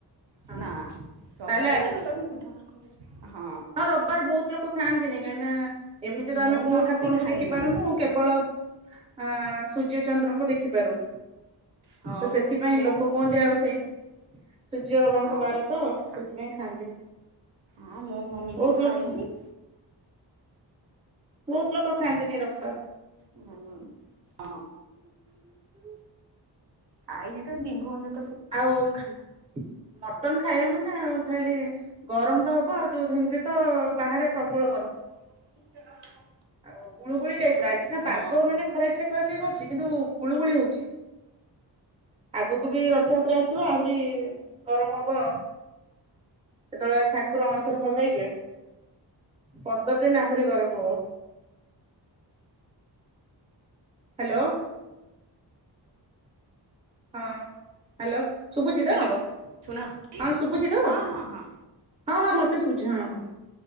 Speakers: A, on the right; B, on the right.
A: ହଁ
B: ନାଁ
A: ହଁ
B: ରବ୍
A: ତାହେଲେ
B: ବାରେ ତା'ପରେ କଲେ ବୁଧବାର <inaudible> ହଁ।
A: ରବ୍ ବାର ବହୁତ ଲୋକ ଖାଆନ୍ତିନି, କାହିଁନା ଏମିତି ତ
B: ମୋ
A: ଆମେ କୋଉ
B: ମାମା
A: ଠାକୁରଙ୍କୁ
B: ବି ଖାଏନି
A: ଦେଖି ପାରୁନୁ, କେବଳ ଆଁ ସୂର୍ଯ୍ୟ, ଚନ୍ଦ୍ରଙ୍କୁ ଦେଖିପାରୁ।
B: ହଁ
A: ତ ସେଥିପାଇଁ
B: ମୋ
A: ଲୋକ କହନ୍ତି, ଆଉ ସେ ସୂର୍ଯ୍ୟ ବାବାଙ୍କ
B: ହଁ
A: ବାର
B: ସେଇ
A: ତ,
B: କଥା।
A: ସେଥିପାଇଁ ଖାଆନ୍ତିନି।
B: ହଁ, ମୋ ମମି
A: ବହୁତ
B: ବି ଖାଏନି।
A: ଲୋକ ଖାଆନ୍ତି ବହୁତ ଲୋକ ଖାଆନ୍ତିନି ରବ୍ ବାର୍।
B: ଉଁ, ହଁ।
A: <inaudible>
B: ଆଇଜି ତ ଦି ଭଉଣୀ ଯାକ୍
A: ଆଉ ଖା, ମଟନ୍ ଖାଇବେ ମାନେ ଆଉ ଖାଲି ଗରମ ତ ହବ ଆଉ ଯୋଉ ସେମିତି ତ ବାହାରେ ପ୍ରବଳ ଗରମ।
B: <unintelligible>
A: ଆଉ ଗୁଳୁଗୁଳି ଟାଇପର ଆଜି ସିନା
B: ହଁ
A: ପାଗ ମାନେ ଖରାଛାଇ ଖରାଛାଇ କରୁଛି କିନ୍ତୁ ଗୁଳୁଗୁଳି ହଉଛି। ଆଗକୁ ବି ରଥଯାତ୍ରା ଆସିବ ଆହୁରି ଗରମ ହବ। ଯେତେବେଳେ ଠାକୁର ଅଣସର ଘରେ ରହିବେ ପନ୍ଦର ଦିନ ଆହୁରି ଗରମ ହବ। ହ୍ୟାଲୋ। ହଁ ହ୍ୟାଲୋ। ଶୁଭୁଚିତ
B: ହ୍ୟାଲୋ
A: ହଁ
B: ଶୁଣାଯାଉଛି?
A: ଶୁଭୁଚିତ?
B: ହଁ ହଁ ହଁ
A: ହଁ ହଁ ମତେ ଶୁଭୁଛି ହଁ ହଁ।